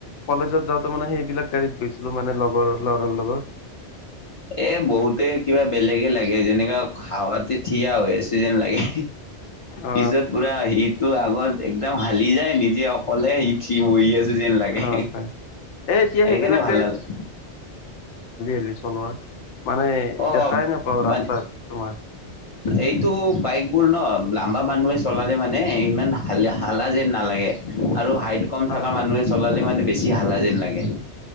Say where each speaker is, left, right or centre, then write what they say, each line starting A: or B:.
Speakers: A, on the left; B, on the left.
A: কলেজত যাওঁতে মানে সেইবিলাক গাড়ীত গৈ ছিলো মানে লগৰ ল'ৰাৰ লগত।
B: এ বহুতে কিবা বেলেগে লাগে। যেনেকে হাৱাতে থিয়া হৈ আছে যেন লাগে।
A: অ
B: পিছত পুৰা সিটো আগত একদম হালি যায় নিজে অকলে সি থি মৈ আছে যেন লাগে।
A: অ হয় এ এতিয়া
B: সেইকাৰণে
A: সেইবিলাক
B: ভাল নালাগ
A: ড়ী চলোৱা মানে
B: অ
A: দেখাই নাপাওঁ ৰাস্তাত
B: মান,
A: তোমাৰ
B: এইটো বাইকবোৰ ন লাম্বা মানুহে চলালে মানে ইমান হাল হালা যেন নালাগে। আৰু হাইট কম
A: হয়
B: থকা মানুহে চলালে মানে বেছি হালা যেন লাগে। অ